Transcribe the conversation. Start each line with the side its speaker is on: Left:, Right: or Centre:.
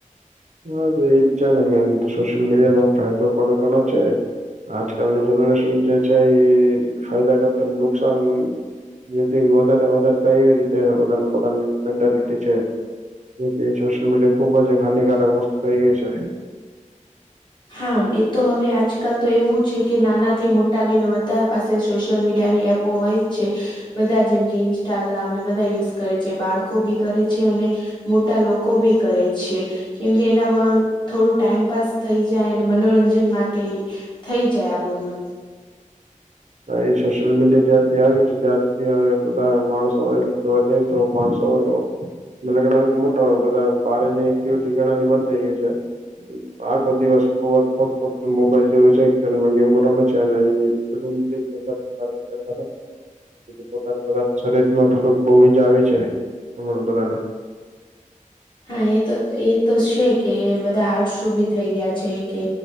Right: હા તો એજ છે ને મેઈન સોશિયલ મીડિયા નો ફાયદો પણ ઘણો છે આજકાલની જેનરેશન જે છે, ઈ ફાયદા કરતા નુકસાન જેથી વધારે વધારે થાય એવી રીતે બધાની પોતાની મેન્ટાલિટી છે જેથી સોશિયલ મીડિયા ખુબ જ એક હાનિકારક વસ્તુ થઈ ગઈ છે
Left: હામ એ તો હવે આજકાલ તો એવું છે કે, નાના થી મોટા લઈને બધા પાસે સોશિયલ મીડિયાની એપ હોય જ છે બધા જેમ કે, ઇન્સ્ટાગ્રામ ને બધા યુઝ કરે છે બાળકો બી કરે છે અને મોટા લોકો બી કરે છે. કેમકે, એનામાં થોડું ટાઈમપાસ થઈ જાય અને મનોરંજન માટે ઈ થઈ જાય આપણું મન
Right: હા એ સોશિયલ મીડિયા જ્યારથી આવ્યુ છે, ત્યારથી હવે આ બધા માણસોએ એટલે જોવા જઈ તો માણસો નલગડા હોય ઉમટા હોય બધા, બારેની એક્ટિવિટી ઘણાની બંધ થઈ ગઈ છે આખો દિવસ પોત પોતપોત મોબાઈલ જોવે છે, ઈતરમાં ગેમો રમે છે અને ઈ <unintelligible> પોતાનું પોતાનું શરીરનું થોડુંક બહુ જ આવી જાય છે, હમણાં બધાને
Left: હા એ તો, એ તો છે કે, બધા આડશુંભી થઈ ગીયા છે ઈ કે